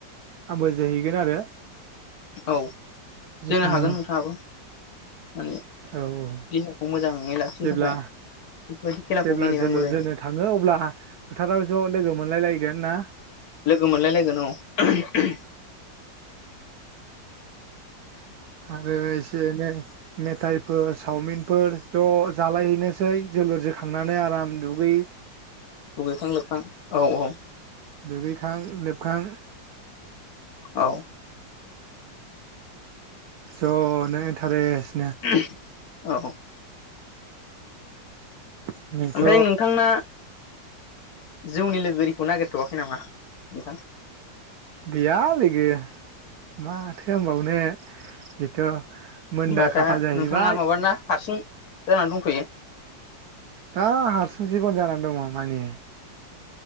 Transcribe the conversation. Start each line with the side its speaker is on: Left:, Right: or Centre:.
Right: आंबो जोहैगोन आरो
Left: औ
Right: जिखुनु
Left: जोनो हागोन नोंथाङाबो माने
Right: औ औ
Left: देहाखौ मोजाङै लाखिनो
Right: जेब्ला
Left: थाखाय बेफोरबायदि खेलाखौ
Right: जेब्ला
Left: गेलेनांगौ
Right: जोलुर
Left: जायो
Right: जोनो थाङो अब्ला फोथाराव ज' लोगो मोनलाय लायगोन ना
Left: लोगो मोनलायलायगोन औ
Right: आरो एसे एनै मेथाइफोर सावमिनफोर ज' जालायहैनोसै जोलुर जोखांनानै आराम दुगै
Left: दुगैखां लोबखां औ औ
Right: <unintelligible> खां लोबखां
Left: औ
Right: ज' नों इन्टारेस्ट
Left: <inaudible> औ
Right: दिनैथ'
Left: ओमफ्राय नोंथांना जौनि लोगोरि खौ नागेरथ आखै नामा ओमफाय
Right: गैया लोगो माथो होनबावनो बेथ' मोनदा
Left: होमबा दा
Right: खाफाल जाहैबाय
Left: नोंथाङा माबाना हारसिं जानानै दंथयो
Right: दा हारसिं जिबन जानानै दङ माने